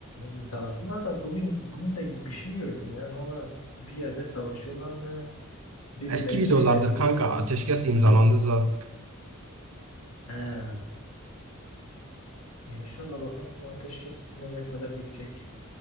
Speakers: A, on the left (about 80°); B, on the right (about 75°).
A: imzaladılar da bugün bugün de bir şey gördüm ya. Hala bir yerde savaşıyorlar mı? Birbirlerinin
B: Eski videolardır
A: şeylerini vuruyorlar.
B: kanka ateşkes imzalandı za.
A: He. E, İnşallah bakalım bu ateşkes nereye kadar gidecek.